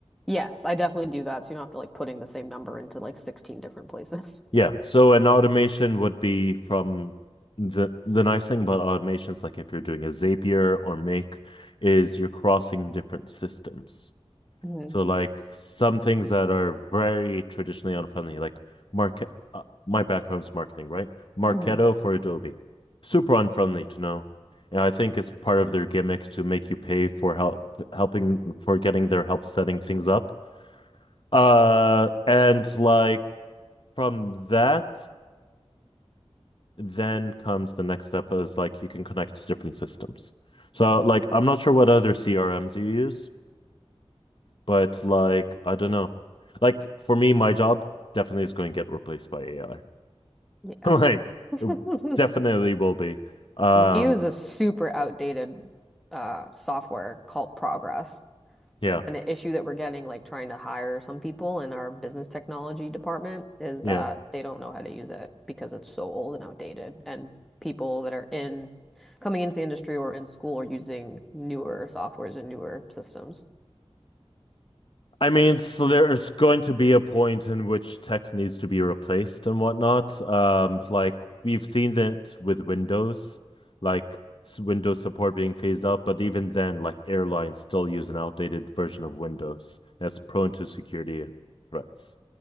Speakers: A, in the centre; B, on the left (about 50°).
A: Yes, I definitely do that. So you don't have to like putting the same number into like 16 different places.
B: Yeah. So an automation would be from the the nice thing about automations, like if you're doing a Zapier or Make, is you're crossing different systems.
A: hmm
B: So like some things that are very traditionally unfriendly, like market. Uh, my background's marketing, right? Marketo
A: hmm
B: for Adobe, super unfriendly to know, and I think it's part of their gimmick to make you pay for help, helping for getting their help setting things up. Uh, and like from that, then comes the next step is like you can connect to different systems. So like I'm not sure what other CRMs you use. But like, I don't know. Like for me, my job definitely is going to get replaced by AI.
A: Yeah.
B: <laughs> Like
A: <laughs>
B: it definitely will be. Um,
A: We use a super outdated uh, software called Progress.
B: yeah,
A: And the issue that we're getting, like trying to hire some people in our business technology department, is
B: yeah.
A: that they don't know how to use it because it's so old and outdated. And people that are in coming into the industry or in school are using newer softwares and newer systems.
B: I mean, so there's going to be a point in which tech needs to be replaced and whatnot. Um, like we've seen it with Windows, like s- Windows support being phased out, but even then, like airlines still use an outdated version of Windows that's prone to security threats